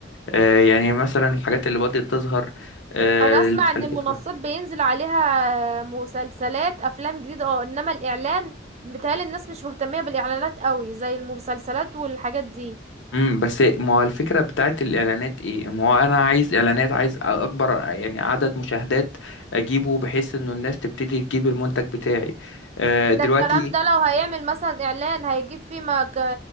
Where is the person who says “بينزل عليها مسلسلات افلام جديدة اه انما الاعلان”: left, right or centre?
Right